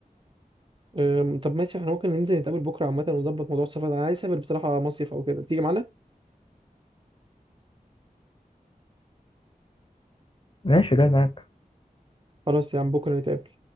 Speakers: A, on the right (about 35°); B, on the left (about 35°).
A: أم، طب ماشي احنا ممكن ننزل نتقابل بكره عامه ونظبط موضوع السفر ده انا عايز اسافر بصراحه مصيف او كده تيجي معانا
B: ماشي جاي معاك
A: خلاص يا عم بكره نتقابل